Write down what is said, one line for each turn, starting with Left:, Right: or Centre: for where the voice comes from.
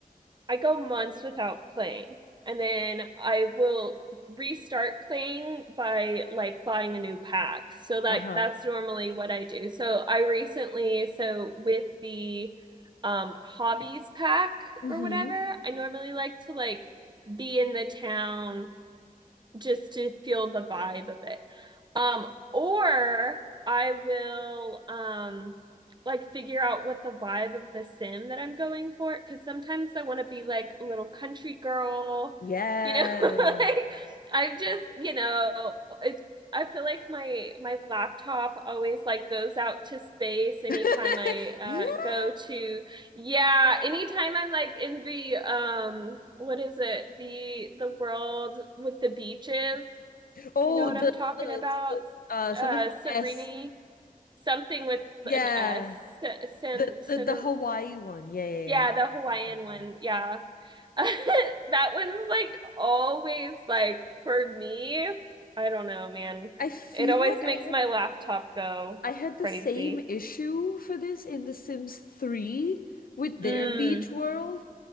Right: I go months without playing and then I will restart playing by like buying a new pack. So like
Left: Uh-huh.
Right: that's normally what I do. So I recently so with the um hobbies pack
Left: Mm-hmm.
Right: or whatever, I normally like to like be in the town just to feel the vibe of it. Um, or I will um like figure out what the vibe of the sim that I'm going for cuz sometimes I want to be like a little country girl,
Left: Yeah.
Right: you know, <laughs> like I'm just, you know, it's I feel like my my laptop always like goes out to space anytime
Left: <laughs>
Right: I uh go to yeah, anytime I'm like in the um what is it? The the world with the beaches
Left: Oh,
Right: you know what
Left: the,
Right: I'm talking
Left: the,
Right: about?
Left: the uh something
Right: Uh,
Left: from
Right: Serene,
Left: S.
Right: something with
Left: Yeah.
Right: an S. Sen,
Left: The the
Right: sen,
Left: the Hawaii one. Yeah, yeah,
Right: yeah,
Left: yeah. I know
Right: the Hawaiian
Left: what you're talking
Right: one.
Left: about.
Right: Yeah. <laughs> that one's like always like for me, I don't know, man.
Left: I feel
Right: It always
Left: like
Right: makes
Left: I had
Right: my laptop go
Left: I had the
Right: crazy.
Left: same issue for this in The Sims 3 with their
Right: Mm,
Left: beach world